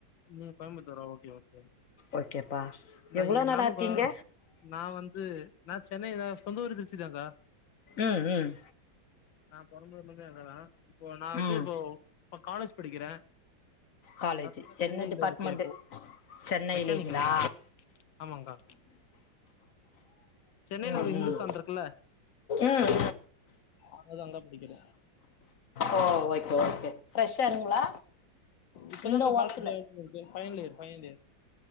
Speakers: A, on the left; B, on the left.
A: நீங்க கோயம்புத்தூரா ஓகே ஓகே
B: ஓகேப்பா
A: நா
B: எவ்ளோ
A: இ
B: நாளா
A: நானுக்கா
B: இருக்கீங்க
A: நா வந்து நா சென்னை தா சொந்த ஊரே திரிச்சிதாக்கா
B: ம் ம்
A: நா பொறந்ததுல இருந்தே அங்க தா இப்போ நா வந்து
B: ம்
A: இப்போ இப்ப காலேஜ் படிக்கிறே
B: காலேஜ்
A: அதனால சென்னைல
B: என்ன டிபார்ட்மெண்ட்டு
A: இருக்கே இப்போ
B: சென்னையிலேங்களா
A: மெக்கானிக்கல்க்கா ஆமாங்கா சென்னைல
B: ம்
A: ஒரு இஹிந்துஸ்தான்
B: ம்
A: இருக்குல்ல
B: ம்
A: ஆனது அங்க படிக்கிற
B: ஓ ஓகே ஓகே ஃப்ரெஷ்ஷர்ருங்களா
A: இப்பதாங்க்கா
B: இந்த வொர்க்ல
A: காலேஜ் ஜாயின் பண்ணிருக்கே ஃபைனல் இயர் ஃபைனல் இயர்